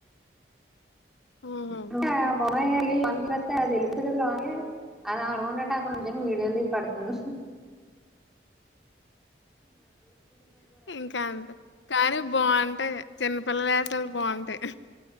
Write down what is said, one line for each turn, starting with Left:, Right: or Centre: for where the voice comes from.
Left: హుహు.
Centre: బాబ అమ్మాయి అడి మనకి వస్తతే అది వెలిపోతు కదా లోగే అది ఆడుకుంటట్టు అక్కడ నుంచం వీడియోలు తీసి పడుతుంది
Left: ఇంకా అంతే కానీ బంటై చిన్ పిల్ తల్ బంటై